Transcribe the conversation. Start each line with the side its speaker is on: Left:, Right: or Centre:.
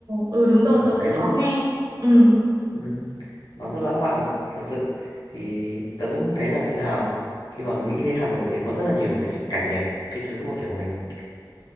Right: ừ đúng rồi,
Left: một
Right: tớ cũng
Left: cái bút,
Right: có nghe. Ừ.
Left: ừm, nó rất lãng mạn thật sự. Thì tớ cũng thấy là tự hào khi mà nghĩ đến Hà Nội thì có rất là nhiều cái những cảnh đẹp, những cái thứ mà, kiểu, mình